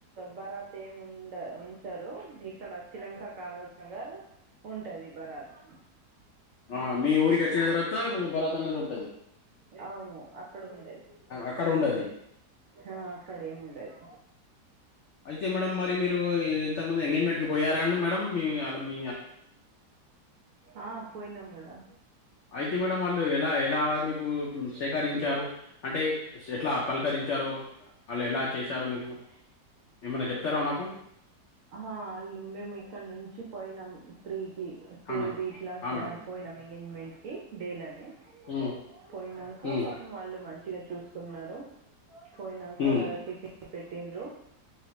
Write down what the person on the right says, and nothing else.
బరాత్ ఏం ఉండ ఉంచారు ఇక్కడ వచ్చినంక కాగజ్ నగర్ ఉంటది బరాత్
అవును అక్కడ ఉండేది
ఆ అక్కడ ఎం ఉండది
ఆ పోయినం కదా
వాళ్ళు మేము ఇక్కడ నుంచి పోయినాం త్రీ టూ
రీట్లా
పోయినాం ఎంగేజ్మెంట్ కి డేలానే
పోయినాక
పాపం వాళ్ళు మంచిగా చూసుకున్నారు పోయినాక
టిఫిన్ పెటిల్లు